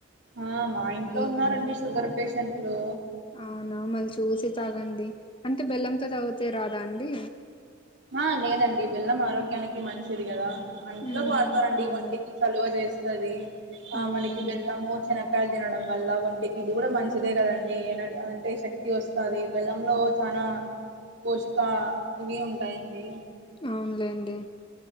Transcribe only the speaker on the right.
అవునా ఇంట్లో
ఉన్నారండి
షుగర్ పేషెంట్లు
ఆ లేదండి బెల్లం ఆరోగ్యానికి మంచిది కదా అంట్లో
వాడతారండి
ఒంటికి చలువ చేస్తుంది ఆ
మనకి బెల్లము చిన కాయలు తినడం వల్ల ఒంటికి ఇది కూడా మంచిదే కదండి అంటే శక్తి వస్తుంది బెల్లంలో చనా పోషకా ఇవి ఉంటాయండి